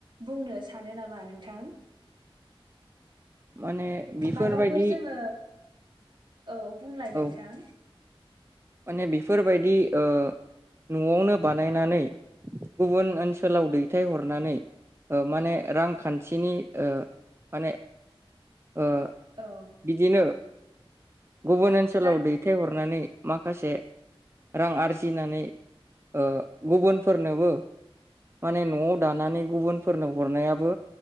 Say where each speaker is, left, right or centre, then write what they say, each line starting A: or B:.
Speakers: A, on the right; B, on the right.
A: बुंनो सानो नामा नोंथां
B: माने बेफोरबायदि
A: माबाफोर जोङो औ बुंलाय नोंथां
B: औ माने बेफोरबायदि ओ न'आवनो बानायनानै गुबुन ओनसोलाव दैथायहरनानै माने रांखान्थिनि ओ माने ओ
A: औ
B: बिदिनो गुबुन ओनसोलाव
A: दा
B: दैथायहरनानै माखासे रां आरजिनानै ओ गुबुनफोरनोबो माने न'आव दानानै गुबुनफोरनो हरनायाबो